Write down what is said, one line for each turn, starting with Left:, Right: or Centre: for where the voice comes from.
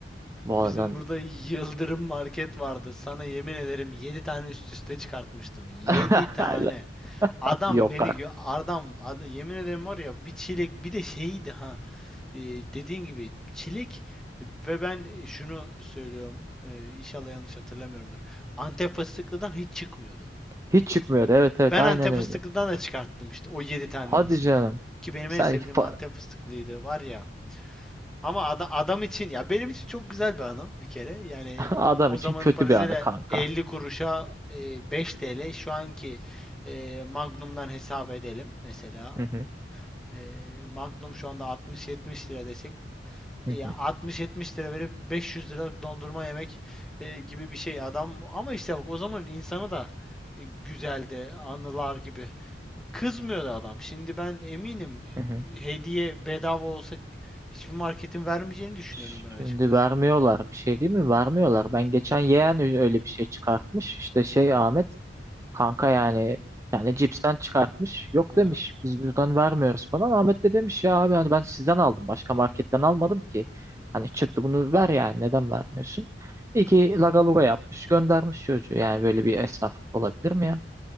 Right: vallahi
Centre: Bizim burada Yıldırım Market vardı. Sana yemin ederim 7 tane üst üste çıkartmıştım. 7
Right: <laughs>
Centre: tane. Adam
Right: yok
Centre: beni
Right: artık.
Centre: gö- adam, ada- yemin ederim var ya bir çilek bir de şeydi ha. e, dediğin gibi çilek ve ben e, şunu söylüyorum. e, inşallah yanlış hatırlamıyorumdur. Antep fıstıklıdan hiç çıkmıyordu.
Right: Hiç çıkmıyordu. Evet evet
Centre: Ben
Right: aynen
Centre: Antep
Right: öyle.
Centre: fıstıklıdan da çıkarttım işte o 7 tanenin
Right: Hadi
Centre: içinde.
Right: canım.
Centre: Ki benim
Right: Sanki
Centre: en sevdiğim
Right: fa-
Centre: Antep fıstıklıydı var ya. Ama ada- adam için ya benim için çok güzel bir anı bir kere. Yani
Right: <laughs> adam
Centre: o
Right: için
Centre: zamanın
Right: kötü
Centre: parasıyla
Right: bir anı kanka.
Centre: 50 kuruşa e, 5 TL şu anki e, Magnum'dan hesap edelim mesela.
Right: Hı hı.
Centre: E, Magnum şu anda 60-70 lira desek
Right: Hı
Centre: ya
Right: hı.
Centre: 60-70 lira verip 500 liralık dondurma yemek e, gibi bir şey adam ama işte bak o zamanın insanı da e, güzeldi anılar gibi. Kızmıyor da adam. Şimdi ben eminim e,
Right: Hı hı.
Centre: hediye bedava olsa hiçbir marketin vermeyeceğini düşünüyorum
Right: Şimdi
Centre: ben açıkçası.
Right: vermiyorlar bir şey değil mi? Vermiyorlar. Ben geçen yeğen ö- öyle bir şey çıkartmış. İşte şey Ahmet kanka yani yani cipsten çıkartmış. Yok
Centre: Hı hı.
Right: demiş biz buradan vermiyoruz falan. Ahmet de demiş ya abi hani ben sizden aldım. Başka marketten almadım ki. Hani çıktı bunu ver yani neden vermiyorsun? İki lagaluga yapmış göndermiş çocuğu. Yani böyle bir esnaflık olabilir mi ya?